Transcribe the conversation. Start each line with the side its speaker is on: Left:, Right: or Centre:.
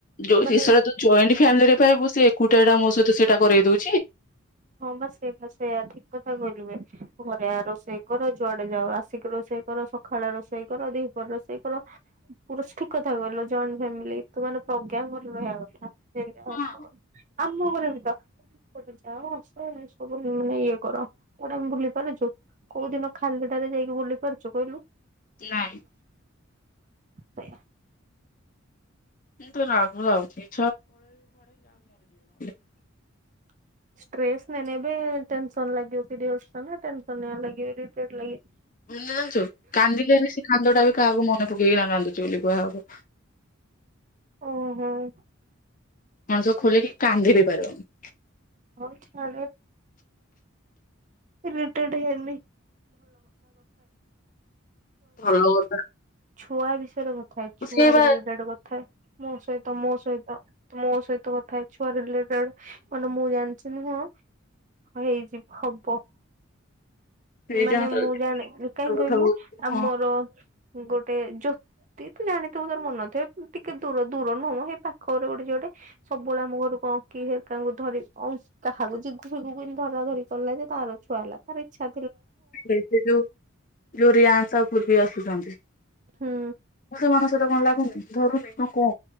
Left: ଜଏଣ୍
Right: ମାନେ
Left: ଫ୍ୟାମିଲିରେ ପାଇବୁ ସେ ଏକୁଟା ଟା ମୋ ସହିତ ସେଟାରେଇ ଦଉଛି
Right: ହଁ ବସ ଏ ସେଇୟଆ ଠିକ କଥା କହିଲିବେ ଘରେଆ ରୋଷେଇ କର ଯୁଆଡେ ଯାଉ ଆସିକି ରୋଷେଇ କର ସକାଳେ ରୋଷେଇ କର ଦି ପରେ ରୋଷେଇ କର ପୁର ଠିକ କଥା କହିଲ ଜଏଣ୍ଟ ଫ୍ୟାମିଲି ତୁ ମାନେ ପ୍ରଜ୍ଞା ଭଲ ରହଆ କଥା। ସେଇଆ
Left: ହଁ
Right: ଘରେ ତ କୋଟେ ଯାଅସ ସବୁ ମାନେ ଇଏ କର କୋଉଟେ ଆମେ ଭୁଲି ପାରୁଛୁ କୋଉ ଦିନ ଖାଲିଟାରେ ଯାଇକି ଭୁଲି ପାରୁଛୁ କହିଲୁ?
Left: ନାଇଁ।
Right: ସେ
Left: ମତେ ରାଗ ଲାଗୁଛି। <unintelligible> <unintelligible>
Right: <unintelligible>
Left: ଜାଣିଛୁ କାନ୍ଦିଲେ ହେଲେ ସେ କାନ୍ଦ ଟା ବି କାହାକୁ କାହାକୁ ମନେ ପକାଇ କାନ୍ଦୁଛି ବୋଲି କୁହା ହବ।
Right: ଓ ହୋଁ।
Left: ମଣିଷ ଖୋଲିକି କାନ୍ଦି ବିି ପାରିବନି।
Right: ହଉ ଛାଡ <unintelligible> ଛୁଆ ବିଷୟରେ କଥା
Left: ଭଲ କଥା
Right: ଛୁଆ ବିଷୟରେ କଥା ଛୁଆ
Left: ସେଇ ବା
Right: ରିଲେଟେଡ କଥା ମୋ ସହିତ ମୋ ସହିତ ମୋ ସହିତ କଥା ହେ ଛୁଆ ରିଲେଟେଡ ମାନେ ମୁଁ ଜାଣିଛି ନ ହଁ ହେଇଯିବ ହବ।
Left: ସେଇ
Right: ମାନେ
Left: ଯାହା ତାର
Right: ମୁଁ ଜାଣିଲି
Left: କେତେ
Right: କାହିଁ
Left: କଥା
Right: କହିଲୁ
Left: କହୁଛି, ହଁ
Right: ଆମର ଗୋଟେ ଜ୍ୟୋତି ତୁ ଜାଣିଥିବୁ ତୋର ମନ ନଥିବ ଟିକେ ଦୂର ଦୂର ନୁହଁ ସେ ପାଖରେ ଗୋଟେ ଯି ଗୋଟେ ସବୁବେଳେ ଆମ ଘରକୁ ଅଙ୍କି ସେ ତାଙ୍କୁ ଧରି କାହାକୁ ଜିଜୁ ଜିଜୁ ଧରା ଧରି କଲା ଯେ ତାର ଛୁଆ ହେଲା ତାର ଇଛା
Left: ଯୋଉ ଯୋଉ ରିୟାନ ସା ପୂର୍ବୀ ଆସୁଛନ୍ତି। ମୁଁ
Right: ହୁଁ
Left: ସେମାନଙ୍କ ସହିତ କଣ ଲାଗୁନି ଧରୁନି ନା କୁ